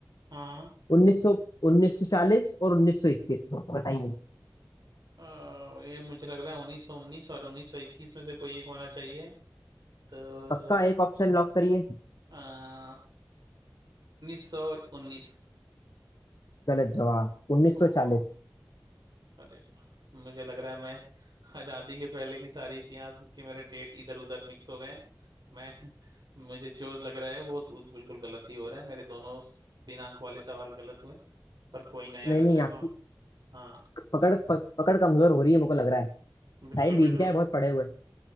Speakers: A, on the right; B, on the left.
A: हाँ हाँ
B: उन्नीस सौ उन्नीस सौ चालीस और उन्नीस सौ इक्कीस बताइए
A: हाँ। अ, ये मुझे लग रहा है उन्नीस सौ उन्नीस और उन्नीस सौ इक्कीस में से कोई एक होना चाहिए तो
B: पक्का एक ऑप्शन लॉक करिए
A: उन्नीस सौ उन्नीस
B: गलत जवाब उन्नीस
A: ओहो
B: सौ चालीस
A: अरे वाह, मुझे लग रहा है मैं आजादी के पहले की सारी इतिहास के मेरे डेट इधर उधर मिक्स हो गए हैं मैं <laughs> मुझे जो लग रहा है वो तो बिल्कुल गलत ही हो रहा है मेरे दोनों दिनांक वाले सवाल गलत हुए पर कोई ना यार
B: नहीं
A: इसमें
B: नहीं आपकी
A: तो हाँ
B: पकड़ पक, पकड़ कमजोर हो रही है मुझको लग रहा है
A: बिल्कुल
B: टाइम बीत
A: बिल्कुल
B: गया है बहुत पड़े हुए